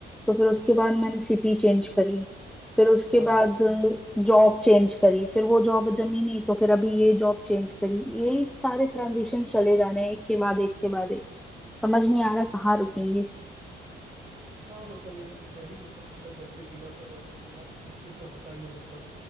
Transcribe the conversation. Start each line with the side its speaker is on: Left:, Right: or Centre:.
Centre: तो फिर उसके बाद मैंने सिटी चेंज करी फिर उसके
Right: हाँ
Centre: बाद जॉब चेंज करी फिर वो जॉब जमी नहीं तो फिर अभी ये जॉब चेंज करी ये सारे ट्रांजिशन चले जाने हैं, एक के बाद एक के बाद एक समझ नहीं आ रहा कहाँ रुकेंगे
Right: हाँ मतलब ये ये वही होता है मतलब जब भी रिलोकेट होते हैं तो इतना मुश्किल तो होता ही है मतलब